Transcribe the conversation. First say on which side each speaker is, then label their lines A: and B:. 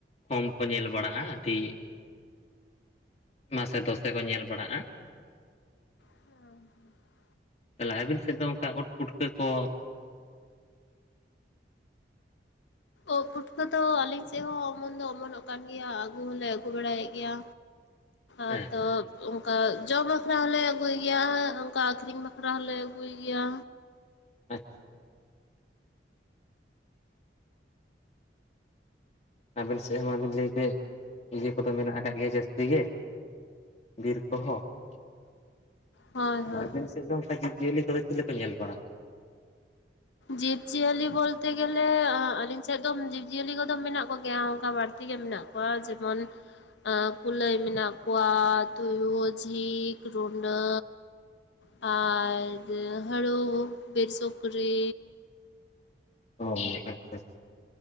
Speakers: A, on the left; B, on the left.
A: ᱠᱚᱢ ᱠᱚ ᱧᱮᱞ ᱵᱟᱲᱟᱜᱼᱟ ᱟᱹᱰᱤ ᱢᱟᱥᱮ ᱫᱚᱥᱮ ᱠᱚ ᱧᱮᱞ ᱵᱟᱲᱟᱜᱼᱟ᱾
B: <inaudible>
A: ᱛᱟᱦᱚᱞᱮ ᱟᱹᱵᱤᱱ ᱥᱮᱫ ᱫᱚ ᱚᱱᱠᱟ ᱳᱫ ᱯᱩᱴᱠᱟᱹ ᱠᱚ
B: ᱳᱜ ᱯᱩᱴᱠᱟᱹ ᱫᱚ ᱟᱹᱞᱤᱧ ᱥᱮᱫ ᱦᱚᱸ ᱚᱢᱚᱱ ᱫᱚ ᱚᱢᱚᱱᱚᱜ ᱠᱟᱱ ᱜᱮᱭᱟ ᱟᱹᱜᱩ ᱦᱚᱞᱮ ᱟᱹᱜᱩ ᱵᱟᱲᱟᱭᱮᱫ ᱜᱮᱭᱟ᱾
A: ᱦᱮᱸ
B: ᱟᱫᱚ ᱚᱱᱠᱟ ᱡᱚᱢ ᱵᱟᱠᱷᱨᱟ ᱦᱚᱞᱮ ᱟᱹᱜᱩᱭ ᱜᱮᱭᱟ, ᱚᱱᱠᱟ ᱟᱠᱷᱨᱤᱧ ᱵᱟᱠᱷᱨᱟ ᱦᱚᱞᱮ ᱟᱹᱜᱩᱭ ᱜᱮᱭᱟ᱾
A: ᱟᱪᱪᱷᱟ ᱟᱵᱮᱱ ᱥᱮᱫ ᱦᱚᱸ ᱢᱟᱵᱤᱱ ᱞᱟᱹᱭ ᱠᱮᱫ ᱤᱭᱟᱹ ᱠᱚᱫᱚ ᱢᱮᱱᱟᱜ ᱟᱠᱟᱫ ᱜᱮᱭᱟ ᱡᱟᱹᱥᱛᱤ ᱜᱮ᱾ ᱵᱤᱨ ᱠᱚᱦᱚ <unintelligible>
B: ᱦᱳᱭ ᱦᱳᱭ
A: ᱟᱵᱮᱱ ᱥᱮᱫ ᱫᱚ ᱚᱱᱠᱟ ᱡᱤᱵᱽᱼᱡᱤᱭᱟᱹᱞᱤ ᱠᱚᱫᱚ ᱪᱤᱞᱤ ᱠᱚ ᱧᱮᱞ ᱵᱟᱲᱟᱜᱼᱟ?
B: ᱡᱤᱵᱽ ᱡᱤᱭᱟᱹᱞᱤ ᱵᱚᱞᱛᱮ ᱜᱮᱞᱮ ᱟᱹᱞᱤᱧ ᱥᱮᱫ ᱫᱚ ᱡᱤᱵᱽ ᱡᱤᱭᱟᱹᱞᱤ ᱠᱚᱫᱚ ᱢᱮᱱᱟᱜ ᱠᱚᱜᱮᱭᱟ ᱚᱱᱠᱟ ᱵᱟᱹᱲᱛᱤ ᱜᱮ ᱢᱮᱱᱟᱜ <unintelligible> ᱡᱮᱢᱚᱱ ᱟᱸ ᱠᱩᱞᱟᱹᱭ ᱢᱮᱱᱟᱜ ᱠᱚᱣᱟ ᱛᱩᱭᱩ, ᱡᱷᱤᱠ, ᱨᱩᱸᱰᱟᱹ ᱟᱨ ᱦᱟᱹᱲᱩ ᱵᱤᱨ ᱥᱩᱠᱨᱤ
A: ᱚ ᱟᱪᱪᱷᱟ ᱟᱪᱪᱷᱟ